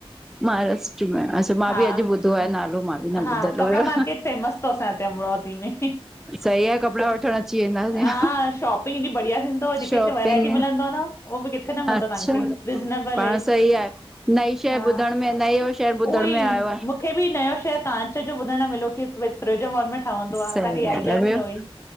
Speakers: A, in the centre; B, on the left (about 25°).
A: महाराष्ट्र में, अच्छा मां
B: हा
A: बि अॼु ॿुधो आहे नालो, मां बि न
B: हा
A: ॿुधल
B: कपिड़ा
A: हुयो।
B: मार्केट <unintelligible> अमरावती में
A: सही आहे कपिड़ा वठण अची वेंदासीं,
B: हा शॉपिंग एॾी बढ़िया थींदव जेके
A: शॉपिंग
B: हिते वैरायटी मिलंदव न उहो बि किथे न मिलंदो
A: अच्छा,
B: तव्हांखे रिज़नेबल
A: पाण
B: रेट
A: सही आहे, नई शइ
B: हा
A: ॿुधण में नयो शहर ॿुधण
B: उहोई
A: में आयो आहे
B: मूंखे बि नयों शहर कांच जो ॿुधणु लाइ मिलियो कि फिरोज़ाबाद में ठवंदो
A: सही
B: आ असांखे ईहा आइडिया
A: ॻाल्हि
B: बि न
A: आहे ॿियो
B: हुई,